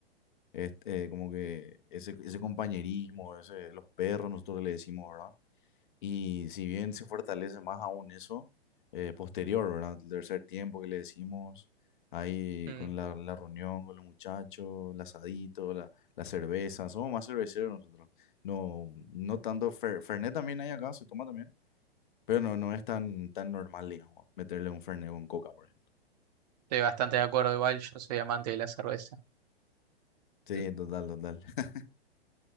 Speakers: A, on the left; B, on the right.
A: este, eh, como que ese, ese compañerismo, ese, los perros, nosotros le decimos, ¿verdad? Y si bien se fortalece más aún eso, eh, posterior, ¿verdad? El tercer tiempo que le decimos, ahí
B: Mm,
A: con la, la reunión con los muchachos, el asadito, la, la cerveza, somos más cerveceros nosotros. No, no tanto, fer- Fernet también hay acá, se toma también, pero no, no es tan, tan normal, digamos, meterle un Fernet con Coca, por ejemplo.
B: Estoy bastante de acuerdo, igual yo soy amante de la cerveza.
A: Sí,
B: <laughs>
A: total, total. <laughs>